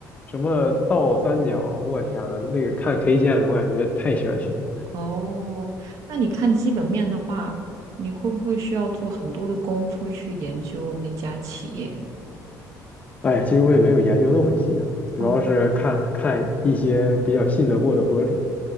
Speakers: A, on the left; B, on the right.
A: 什么倒三角，我天呐，那个看 K 线的，我感觉太玄学了。
B: 哦，那你看基本面的话，你会不会需要做很多的功夫去研究那家企业？
A: 哎，其实我也没有研究那么细啊，主要是看看一些比较信得过的博主，
B: 哦，